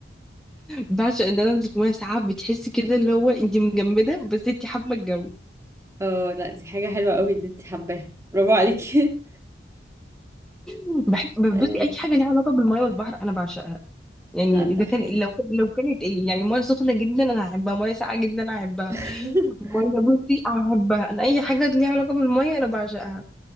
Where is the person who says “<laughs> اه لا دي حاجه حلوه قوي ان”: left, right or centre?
Right